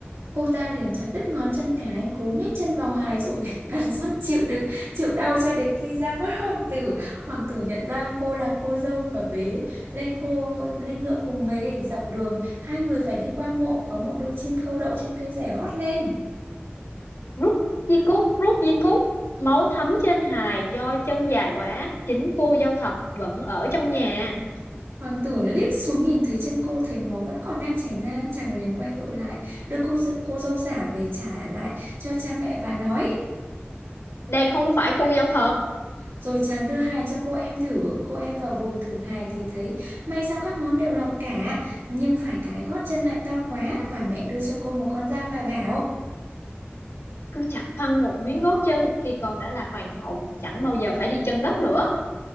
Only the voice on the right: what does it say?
cô ta liền chặt đứt ngón chân cái, cố nhét chân vào hài rồi <laughs> cắn răng chịu đựng, chịu đau cho đến khi ra mắt hoàng tử. Hoàng tử nhận ra cô là cô dâu và bế lên cô lên ngựa cùng về. Dọc đường, hai người phải đi qua mộ, có một đôi chim câu đậu trên cây rẻ hót lên.
Hoàng tử liếc xuống nhìn thấy chân cô thấy máu vẫn còn đang chảy ra, chàng liền quay ngựa lại, đưa cô dự cô dâu giả về trả lại cho cha mẹ và nói.
Rồi chàng đưa hài cho cô em thử, cô em vào buồng thử hài thì thấy may sao các ngón đều lọt cả, nhưng phải cái gót chân lại to quá, bà mẹ đưa cho cô một con dao và bảo